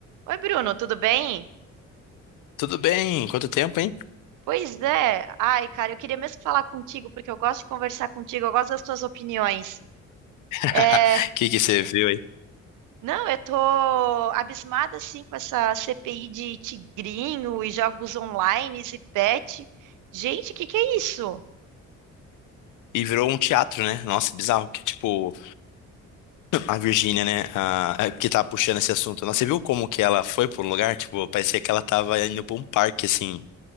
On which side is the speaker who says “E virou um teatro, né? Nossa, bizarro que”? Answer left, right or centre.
Left